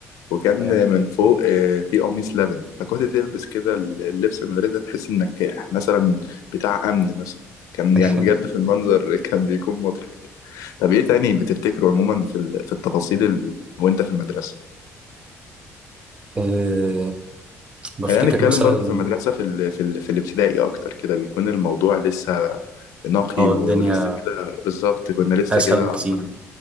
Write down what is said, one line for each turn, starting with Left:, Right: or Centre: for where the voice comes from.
Left: وكان
Right: تمام
Left: من فوق آه، في قميص لبني فكنت تلبس كده اللبس المدرسه تحس انك مثلا بتاع امن مثلا كان
Right: <laughs>
Left: يعني بجد في المنظر كان بيكون مضحك طب ايه تاني بتفتكره عموما في ال- في التفاصيل ال... وانت في المدرسه
Right: أه بفتكر
Left: خلينا نتكلم
Right: مثلا
Left: برضه في المدرسة في ال... في ال... في الابتدائي أكتر كده بيكون الموضوع لسه نقي
Right: اه
Left: و...
Right: الدنيا
Left: ولسه كده بالظبط كنا لسه
Right: اسهل
Left: كده
Right: بكتير
Left: عارفين.